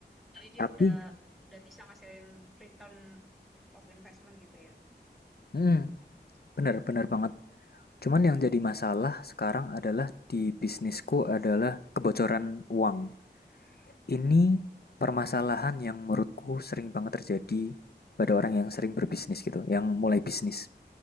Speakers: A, in the centre; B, on the left (about 60°).
A: Jadi dia
B: Tapi,
A: udah udah bisa ngasilin return of investment gitu ya.
B: hmm, benar benar banget. Cuman yang jadi masalah sekarang adalah di bisnisku adalah kebocoran uang. Ini permasalahan yang menurutku sering banget terjadi pada orang yang sering berbisnis gitu, yang mulai bisnis.